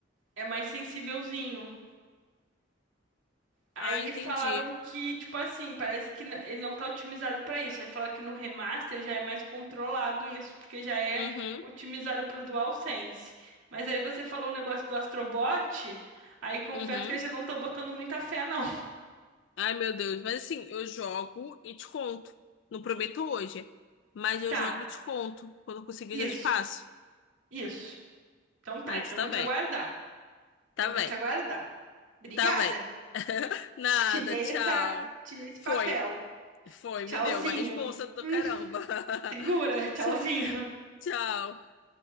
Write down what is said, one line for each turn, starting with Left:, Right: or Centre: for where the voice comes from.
Right: É mais sensívelzinho. Aí
Left: Ah, entendi.
Right: falaram que, tipo assim, parece que n- ele não tá otimizado pra isso. Aí fala que no remaster já é mais controlado isso, porque já é
Left: Uhum.
Right: otimizado pro DualSense. Mas aí você falou o negócio do Astrobot, aí confesso
Left: Uhum.
Right: que eu já não tô botando muita fé, não. <laughs>
Left: Ai, meu Deus. Mas assim, eu jogo e te conto. Não prometo hoje, mas eu
Right: Tá,
Left: jogo e te conto. Quando eu conseguir,
Right: isso,
Left: eu já te passo.
Right: isso. Então tá,
Left: Aí
Right: então
Left: tu tá
Right: vou
Left: bem.
Right: te aguardar.
Left: Tá
Right: Então vou
Left: bem.
Right: te aguardar. Obrigada.
Left: Tá bem. <laughs> Nada,
Right: Te dei
Left: tchau.
Right: essa, te dei esse
Left: Foi,
Right: papel.
Left: foi, me
Right: Tchauzinho.
Left: deu uma responsa do
Right: Hum,
Left: caramba. <laughs>
Right: segura,
Left: Tch-
Right: tchauzinho.
Left: Tchau.